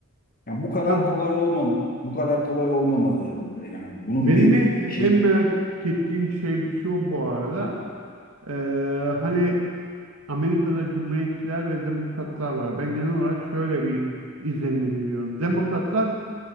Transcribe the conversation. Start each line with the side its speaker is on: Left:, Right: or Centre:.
Left: Yani bu kadar
Right: Ya
Left: kolay olmamalı. Bu kadar kolay olmamalı. Yani bunun
Right: benim
Left: bir
Right: e-
Left: şey
Right: en merak ettiğim şey şu bu arada. E, hani Amerika'da cumhuriyetçiler ve demokratlar var. Ben genel olarak şöyle bir izlenim ediniyorum. Demokratlar